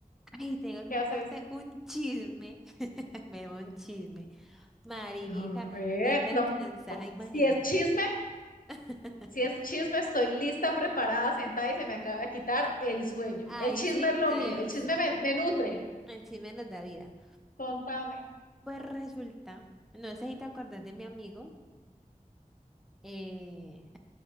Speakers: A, in the centre; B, on the left.
A: Ay, tengo que
B: ¿Qué
A: contarte
B: haces?
A: un chisme. <laughs> Me dio un chisme. Marica,
B: A ver,
A: no te
B: no.
A: alcanzas a imaginar.
B: Si es chisme,
A: <laughs>
B: si es chisme, estoy lista, preparada, sentada y se me acaba de quitar el sueño.
A: Ay,
B: El chisme
A: sí,
B: es lo
A: eso.
B: mío, el chisme me, me nutre.
A: El chisme nos da vida.
B: Contame,
A: Pues resulta, no sé si te acordás de mi amigo. eh,